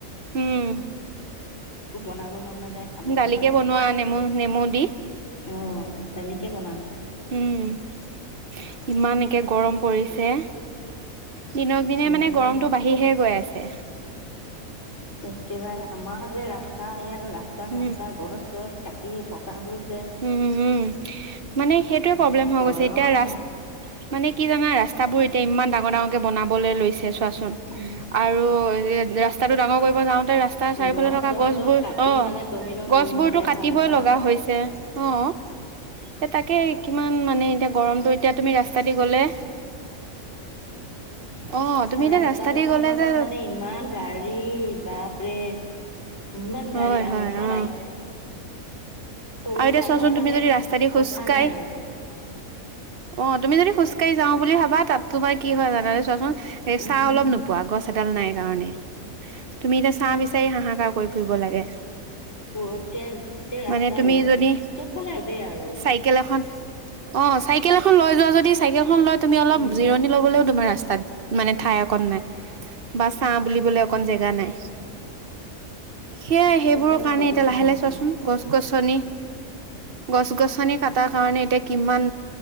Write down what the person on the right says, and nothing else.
উম
দালিকে
বনোৱা নেমু নেমু দি
উম ইমানকে গৰম পৰিছে দিনক দিনে
মানে
গৰমটো বাঢ়িহে গৈ আছে <unintelligible>
উম
উম', -উম', মানে সেইটোয়ে প্ৰ'ব্লেম
হৈ
গৈছে এতিয়া ৰাচ-মানে কি জানা ৰাস্তাবোৰ এ <unintelligible> ডাঙৰ-ডাঙৰকে বনাবলৈ লৈছে, চোৱাচোন
আৰু এ ', ৰাস্তাটো ডাঙৰ কৰিব যাওঁ তে, ৰাস্তাৰ চাৰিওফালে
থকা
গছবোৰ
অ',
-গছবোৰতো
কাটিবই
লগা হৈছে। অ', এ', তাকে কিমান মানে এতিয়া গৰমটো এতিয়া তুমি ৰাস্তা দি গ'লে
অ তুমি এতিয়া
দি গ'লে
যে
হয়
হয়
অ
আৰু এতিয়া চোৱাচোন তুমি
যদি ৰাস্তা দি খোজকাঢ়ি
অ', তুমি যদি খোজকাঢ়ি -যাওঁ বুলি ভাবা তাত তোমাৰ কি হয় ', জানানে চোৱাচোন এ
ছাঁ অলপ নোপোৱা গছ। এডাল নাই কাৰণে। তুমি এতিয়া ছাঁ বিচাৰি হাঁহাকাৰ কৰিব ফুৰিব লাগে।
মানে তুমি
যদি
চাইকেল এখন অ চাইকেল এখন লৈ যাও যদি, চাইকেল। লৈ তুমি অলপ
জিৰণি ল'বলৈও তোমাৰ ৰাস্তাত মানে ঠাই অকণ নাই। বা ছাঁ বুলিবলৈ অকণ জেগা নাই। সেয়াই সেইবোৰৰ
কাৰণে
এতিয়া লাহে
লাহে চোৱাচোন
গছ-গছনি। গছ-গছনি কটাৰ কাৰণে এতিয়া কিমান